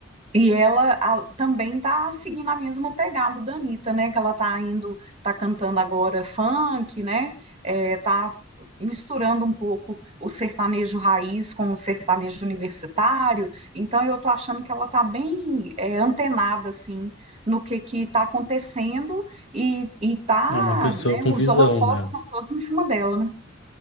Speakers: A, on the right; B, on the left.
A: E ela a- também tá seguindo a mesma pegada da Anitta, né? Que ela tá indo, tá cantando agora funk, né? É, tá misturando um pouco o sertanejo raiz com o sertanejo universitário. Então eu tô achando que ela tá bem é, antenada, assim, no que que tá acontecendo e, e tá,
B: É uma pessoa
A: né?
B: com
A: Os
B: visão,
A: holofotes
B: né?
A: estão todos em cima dela, né?